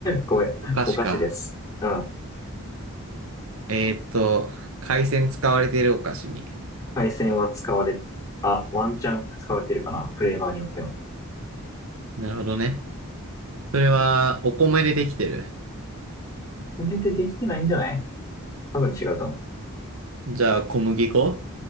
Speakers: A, on the left (about 15°); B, on the right (about 70°).
A: ごめん、
B: お菓子か。
A: お菓子です。うん。
B: えーっと、海鮮使われてるお菓子に。
A: 配線は使われ、あ、ワンチャン使われてるかな、フレーバーによっては。
B: なるほどね。それは、お米でできてる。
A: 米でできてないんじゃない多分違うと思う。
B: じゃあ、小麦粉